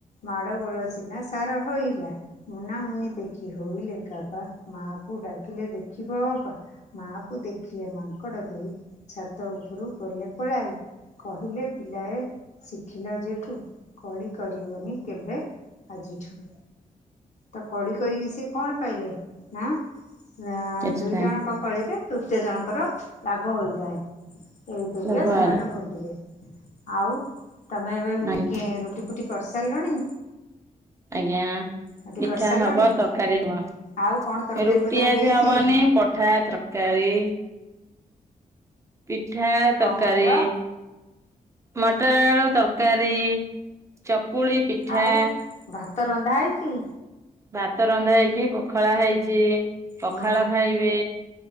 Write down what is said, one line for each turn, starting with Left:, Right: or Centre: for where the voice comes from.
Left: ମାଡ ଗୋଳ ସିନା ସାର ହୋଇଲା ମୁନା ମୁୁନି ଦେଖି ହୋଇଲେ କାବା ମାକୁ ଡାକିଲେ ଦେଖିବ ଅପା ମାଆକୁ ଦେଖିଲେ ମାଙ୍କଡ଼ ଦୁଇ ଛାତ ଉପରୁ ଗଲେ ପଳାଇ କହିଲେ ପିଲାଏ ଶିଖିଲ ଯେଠୁ କଳି କରିବନି କେବେ ଆଜିଠୁ ତ କଳି କରିକି ସେ କଣ ପାଇଲେ? ହେଁ
Right: କିଛି
Left: ଦୁଇ
Right: ନାହିଁ
Left: ଜଣଙ୍କ କଳିରେ ତୃତୀୟ ଜଣଙ୍କର ଲାଭ ହୋଇଥାଏ ଏଇପରିକା
Right: ଭଲ
Left: ସେମାନେ
Right: ହେଲା
Left: ଭୋଗିଲେ ଆଉ ତମେ ଏବେ ହଉଛି
Right: ଆଜ୍ଞା
Left: କେଁ ରଖି - ରୁଟିି କରିସାରିଲଣି
Right: ଆଜ୍ଞା
Left: ରୁଟି
Right: ପିଠା
Left: କରିସାରିଲଣି?
Right: ହବ ତରକାରୀ ହବ
Left: ଆଉ କ'ଣ ତରକାରୀ
Right: ରୁଟି
Left: ପତ୍ର
Right: ଆଜି
Left: ହେଇଛି?
Right: ହବନି ପଠା ତର- କାରି ପିଠା
Left: କଣ
Right: ତରକାରୀ
Left: କହିଲ?
Right: ମଟର ଆଳୁ ତରକାରୀ ଚକୁଳି ପିଠା
Left: ଆଉ ଭାତ ରନ୍ଧା ହେଇଛି
Right: ଭାତ ରନ୍ଧା ହେଇକି ପଖଳା ହେଇଛି ପଖାଳ
Left: ହୁଁ
Right: ଖାଇବେ